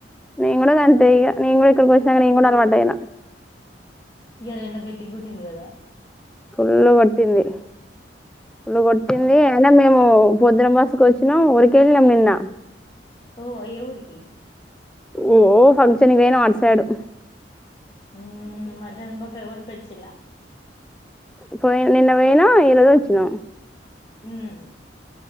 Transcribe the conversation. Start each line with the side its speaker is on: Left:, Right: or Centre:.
Centre: నేను కూడా గంతే ఇగా నేను ఇక్కడకు వచ్చినంక అలావాటైనా
Left: ఇయాల ఎండ గట్టిగా కొట్టింది కదా
Centre: ఫుల్లు కొట్టింది ఫుల్లు కొట్టింది
Left: అమ్మో
Centre: అయిన మేము చంద్రమాసుకు వచ్చిన ఒక కేేజి అమ్మిన
Left: ఓ ఐదుగురికి
Centre: ఓ ఓ ఫంక్షన్ పోయినా ఆషాడం
Left: మ్మ్ మటన్ బొక్క కొరికి వచ్చిన్ల
Centre: ఇక్కడ నిన్న పోయిన, ఈరోజు వచ్చినం
Left: మ్మ్ హ్హ్